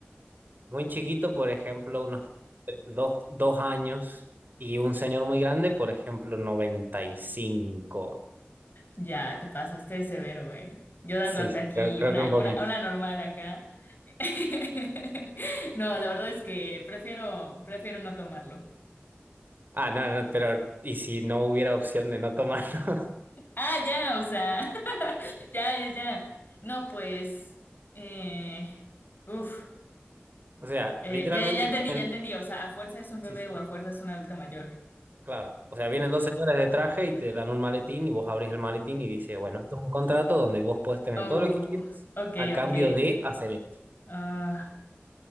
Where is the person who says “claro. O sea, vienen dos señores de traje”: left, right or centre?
Right